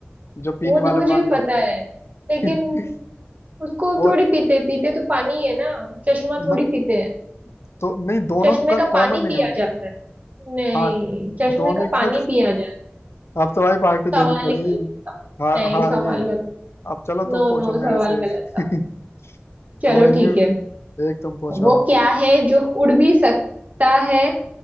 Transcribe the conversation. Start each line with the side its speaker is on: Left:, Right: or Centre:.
Left: जो पीने
Right: वो
Left: वाला
Right: तो मुझे
Left: पानी
Right: भी
Left: होता
Right: पता है लेकिन
Left: है
Right: उसको
Left: <laughs> और
Right: थोड़ी पीते पीते तो पानी ही है ना चश्मा
Left: मत
Right: थोड़ी पीते हैं
Left: तो नहीं दोनों
Right: चश्मे
Left: का
Right: का पानी
Left: कॉमन नहीं
Right: पिया
Left: है
Right: जाता है नहीं
Left: हाँ
Right: चश्मे
Left: दोनों
Right: का पानी
Left: का
Right: पिया जाता
Left: अब तो भाई पार्टी
Right: है
Left: देनी
Right: सवाल
Left: पड़ेगी
Right: ही गलत था
Left: हार
Right: नहीं
Left: हार
Right: सवाल
Left: गई
Right: गलत
Left: अब चलो तुम
Right: नो
Left: पूछो
Right: नो
Left: मेरे
Right: सवाल
Left: से एक।
Right: गलत था
Left: <laughs>
Right: चलो
Left: कोई नहीं
Right: ठीक है
Left: एक तुम पूछो
Right: वो
Left: अब
Right: क्या है जो उड़ भी सकता है